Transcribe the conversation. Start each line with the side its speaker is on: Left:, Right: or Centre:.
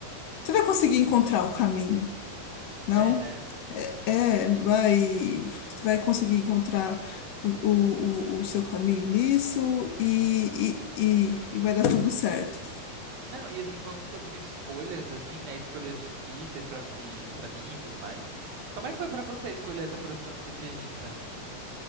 Left: você vai conseguir encontrar o caminho, não?
Right: É, né?
Left: é, vai, vai conseguir encontrar o, o, o seu caminho nisso e, e, e, e vai dar tudo certo.
Right: Não, e assim, falando sobre escolhas, assim, né? Escolhas difíceis pra, vo- e, pra mim e tudo mais. Como é que foi pra você escolher essa profissão de ser pianista?